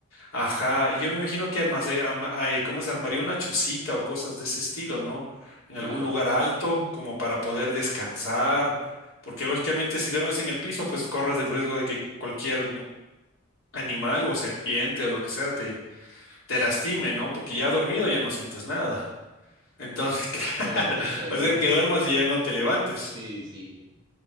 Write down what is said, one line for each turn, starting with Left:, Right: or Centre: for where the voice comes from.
Left: Ajá, y yo me imagino que armas, eh, ama- ay, ¿cómo se armaría una chocita o cosas de ese estilo, ¿no? En
Right: claro.
Left: algún lugar alto, como para poder descansar, porque lógicamente si duermes en el piso, pues corres el riesgo de que cualquier animal o serpiente o lo que sea te, te lastime, ¿no? Porque ya dormido ya no sientes nada. Entonces, <laughs> claro,
Right: Mejor dicho, ahí
Left: va a
Right: sí,
Left: ser que
Right: ja.
Left: duermas y ya no te levantes.
Right: Sí, sí.